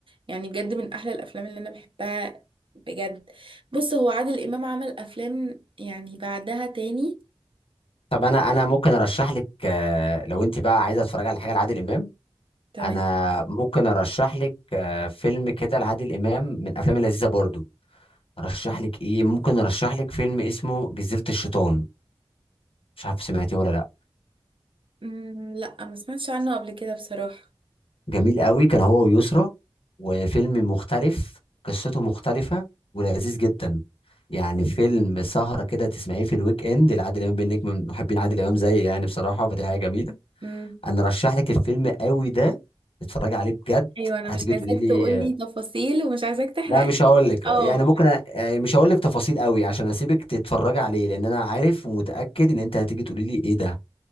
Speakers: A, on the right; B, on the left.
A: يعني بجد من احلى الافلام اللي انا بحبها بجد بص هو عادل امام عمل افلام يعني بعدها تاني
B: طب انا انا ممكن ارشح لك آه، لو انت بقى عايزة تتفرج على حاجة لعادل امام
A: تمام
B: انا ممكن ارشح لك آه، فيلم كده لعادل امام من الافلام اللذيذه برضو ارشح لك ايه ممكن ارشح لك فيلم اسمه جزيره الشيطان مش عارف سمعتيه ولا لا
A: مم، لا ما سمعتش عنه قبل كده بصراحة
B: جميل قوي كان هو ويسرا وفيلم مختلف قصته مختلفه ولذيذ جدا يعني فيلم سهره كده تسمعيه في الويك اند لعادل امام بانك من محبين عادل امام زي يعني بصراحه فدي حاجه جميله
A: مم.
B: انا ارشح لك الفيلم قوي ده اتفرجي عليه بجد
A: ايوه انا
B: هتيجي
A: مش عايزاك
B: تقولي لي
A: تقولي تفاصيل ومش عايزاك تحرق
B: لا مش هقول لك يعني
A: اه
B: ممكن أ... يعني مش هقول لك تفاصيل قوي عشان اسيبك تتفرجي عليه لان انا عارف ومتاكد ان انت هتيجي تقولي لي ايه ده